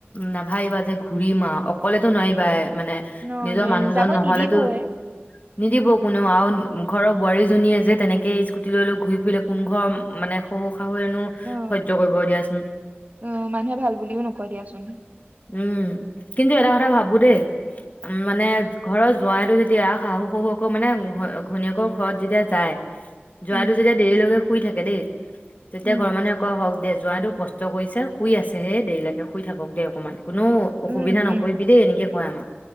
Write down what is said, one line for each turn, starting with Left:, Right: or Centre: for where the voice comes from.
Left: নাভাবিবা যে ঘূৰিমা অকলেতো নোৱাৰিবা এ মানে
Right: ন
Left: নিজৰ
Right: নোৱাৰি
Left: মানুহজন
Right: যাব
Left: নহলেতো
Right: নিদিবই।
Left: নিদিব কোনেও আৰু ঘৰৰ বোৱাৰীজনীয়ে যে তেনেকে স্কুটি লৈ লো ঘূৰি ফুৰিলে কোন ঘৰ মানে শ শাহুনো
Right: অ
Left: সহ্য কৰিব দিয়াচোন
Right: অ মানুহে ভাল বুলিও নকয় দিয়াচোন
Left: উম কিন্তু এটা কথা ভাবো দেই উম মানে ঘৰ জোৱাইতো যেতিয়া শাহু শহু আক মানে ঘ ঘনীয়েকৰ ঘৰত যেতিয়া যায় জয়
Right: উম,
Left: টো যেতিয়া দেৰি লগকে শু থাকে দেই তেতিয়া
Right: উম,
Left: ঘৰৰ মানুহে আকৌ হওক দে যোৱাইটো কষ্ট কৰিছে শুই আছে হেই দেৰিলৈকে শুই থাকক দে অকণমান কোনো অসুবিধা
Right: উম,
Left: নকৰিবি
Right: উম,
Left: দেই এনেকে কয় আমাক